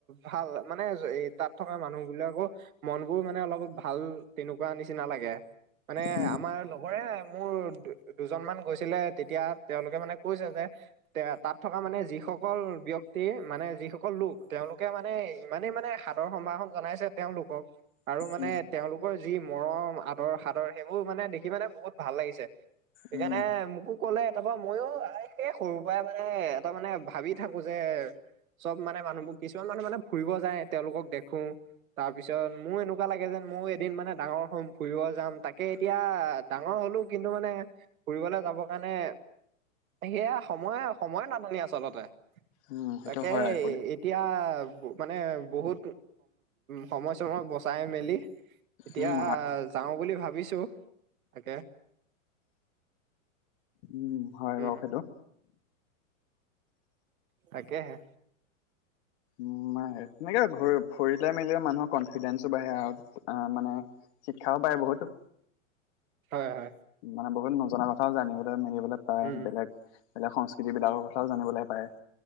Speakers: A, on the right (about 80°); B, on the left (about 50°).
A: ভাল মানে এ তাত থকা মানুহবিলাকো মনবোৰ মানে অলপ ভাল তেনেকুৱা নিচিনা লাগে। মানে
B: উম
A: আমাৰ লগৰে মোৰ দুজনমান গৈছিলে তেতিয়া তেওঁলোকে মানে কৈছে যে তে তাত থকা মানে যিসকল ব্যক্তি মানে যিসকল লোক তেওঁলোকে মানে ইমানেই মানে শা ৰ সম্ভাসন জনাইছে তেওঁলোকক। আৰু মানে
B: উম
A: তেওঁলোকৰ যি মৰম, আদৰ, সাদৰ সেইবোৰ মানে দেখি মানে বহুত ভাল লাগিছে। সেইকাৰণে
B: উম
A: মোকো ক'লে তাৰপৰা ময়ো সেই সৰুৰ পৰাই মানে এটা মানে ভাবি থাকো যে চব মানে মানুহবোৰ কিছুমান মানুহ মানে ফুৰিব যায় তেওঁলোকক দেখো তাৰপিছত মোৰ এনেকুৱা লাগে যেন ময়ো এদিন মানে ডাঙৰ হম, ফুৰিব যাম। তাকে এতিয়া ডাঙৰ হ'লো কিন্তু মানে ফুৰিবলৈ যাবৰ কাৰণে সেয়া সময় সময়ে নাটনি আচলতে।
B: উম সেইটো
A: তাকে
B: হয় আকৌ দেই
A: এতিয়া মানে বহুত সময় চময় বচাই মেলি এতিয়া
B: উম হয়
A: যাও বুলি ভাবিছো তাকে
B: উম হয়
A: উম
B: বাৰু সেইটো
A: তাকেহে
B: উ ম তেনেকেৰি ফুৰিলোই মেলিলে মানুহৰ কনফিডেন্ঞ্চো বাঢ়ে আৰু মানে শিক্ষাও বাঢে বহুতো
A: হয় হয়
B: মানে বহুত মজ না কথা জানিবিব <inaudible> পায়
A: উম
B: বেলেগ সংস্কৃতি বিলাকৰ কথাও জানিবলৈ পায়।